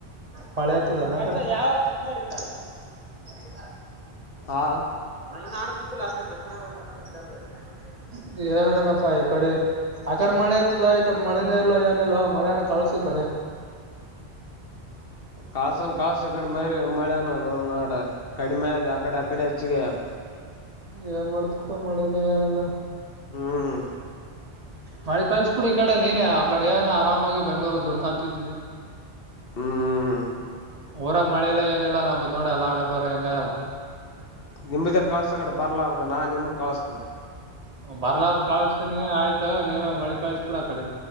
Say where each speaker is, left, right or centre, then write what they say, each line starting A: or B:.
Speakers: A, on the right; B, on the left.
A: ಮಳಿ ಆತದನ ಅ ಕಡಿ <unintelligible>
B: ಆ
A: ಮೈ ನಾರ್ಕ್ ಕುಂತಿಲ್ಲ ಅಷ್ಟೇ <unintelligible> ಏನಿಲ್ಲಪ್ಪಾ ಈ ಕಡಿ ಆಕಡಿ ಮಳಿ ಅತ್ತೆದ ಮಳೆನೆ ಇಲ್ಲ ಏನಿಲ್ಲೊ ಮಳೆನ ಕಳ್ಸ ಈ ಕಡಿ
B: ಕಳಸನ ಕಳಸ ಇ ಕಡಿ ಮಳಿ ಮಳ್ಯಾನ ನೌನ ನಾಡ ಕಡಿಮ ಆಗ್ಯದ ಅಕಡೆ ಅಕಡೆ ಹೆಚ್ಚಿಗ್ಯಾಗದ
A: ಏನ್ ಮಾಡ್ತಿಪಾ ಮಳಿ ಇಲ್ಲ ಏನಿಲ್ಲ
B: ಹ್ಮ್
A: ಮಳೆ ಕಳಿಸಬಿಡು ಈ ಕಡೆ ನೀನೇ ಆ ಕಡೆ ಏನ ಆರಾಮಾಗಿ ಬೆಂಗ್ಳೂರ್ ದುಡ್ಕಂತಿತ್ತಿದ್ದಿ
B: ಹ್ಮ್
A: ಊರಾಗ ಮಳಿ ಇಲ್ಲ ಏನಿಲ್ಲ ನಂಬ್ದ ನೋಡ ಅಲ್ಲ ಹಣೆಬರಹ ಹೆಂಗ ಅಗ್ಯಾದ
B: ನಿಂಬದೆ ಕಳ್ಸ ಆಕಡೆ ಬರ್ಲಾರ್ದ ನಾ ನಿಮಗ ಕಳ್ಸತ್ತಿನಿ
A: ಬರ್ಲಾರ್ದ ಕಳಿಸತೀನಿ ಆಯ್ತಾ ನೀವ ಮಳಿ ಕಳಸ್ ಬೀಡಿ ಅ ಕಡಿ